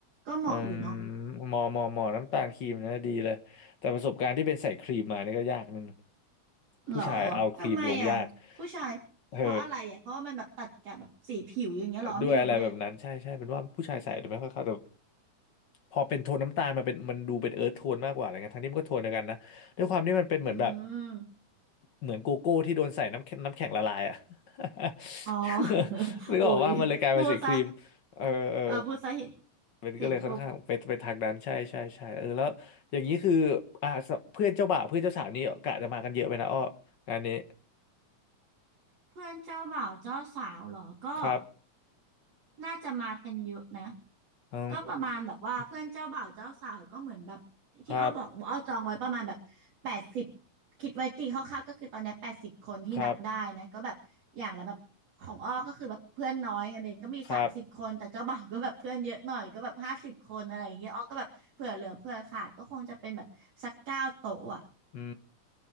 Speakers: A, on the right; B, on the left.
A: ก็เหมาะอยู่เนาะ
B: อืมหมอหมอหมอน้ำตาลครีมนะดีเลย แต่ประสบการณ์ที่เป็นใส่ครีมมานี่ก็ยากนิดนึง
A: หรอ
B: ผู้ชายเอาครีมลงยาก
A: ทำไมอ่ะผู้ชายเพราะอะไรอ่ะเพราะว่ามันแบบตัดกับแบบสีผิวอย่างเงี้ยหรอไม่รู้เลย
B: เออด้วยอะไรแบบนั้นใช่ใช่เป็นว่าผู้ชายใส่แต่ไม่ค่อยเข้าแต่พอเป็นโทนน้ำตาลมาเป็นมันดูเป็นเอิร์ธโทนมากกว่าอะไรเงี้ยทั้งที่มันก็โทนเดียวกันนะด้วยความที่มันเป็นเหมือนแบบ
A: อืม
B: เหมือนโกโก้ที่โดนใส่น้ำแข็งน้ำแข็งละลายอ่ะ <laughs>
A: อ๋อ <laughs>
B: นึกออกว่ามันเลยกลายเป็นสีครีม
A: อุ๊ยพูดซะ
B: เออเออ
A: อ่าพูดซะเห็น
B: มันก็เลยค่อนข้างไปไปทางนั้นใช่ใช่ใช่เออแล้วอย่างนี้คือ
A: เห็นกก
B: อ่าสเพื่อนเจ้าบ่าวเพื่อนเจ้าสาวนี่กะจะมากันเยอะไปนะอ้องานนี้
A: เพื่อนเจ้าบ่าวเจ้าสาวเหรอก็
B: ครับ
A: น่าจะมากันเยอะนะ
B: อื
A: ก็ประมาณแบบว่าเพื่อนเจ้าบ่าวเจ้าสาวก็เหมือนแบบที่อ้อบอกว่าอ้อจองไว้ประมาณแบบแปดสิบ
B: มครับ
A: คิดไว้ตีคร่าวๆก็คือตอนเนี้แปดสิบคนที่นับได้นะก็แบบอย่างละแบบของอ้อก็คือแบบเพื่อนน้อยไงเบนก็มีสามสิบคนแต่เจ้าบ่าวก็แบบเพื่อนเยอะหน่อยก็แบบห้าสิบคนอะไรอย่างเงี้ยอ้อก็แบบเผื่อเหลือเผื่อขาดก็คงจะเป็นแบบสักเก้าโต๊ะอ่ะ
B: ครับครับ อื